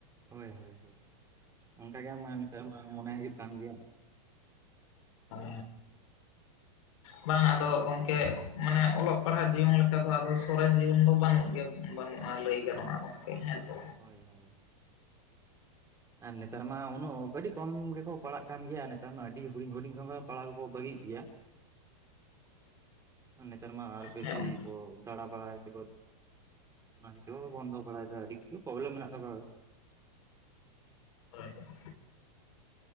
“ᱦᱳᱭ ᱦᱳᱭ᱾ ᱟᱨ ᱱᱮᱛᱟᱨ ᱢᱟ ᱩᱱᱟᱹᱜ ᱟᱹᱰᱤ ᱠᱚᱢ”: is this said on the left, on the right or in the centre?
Right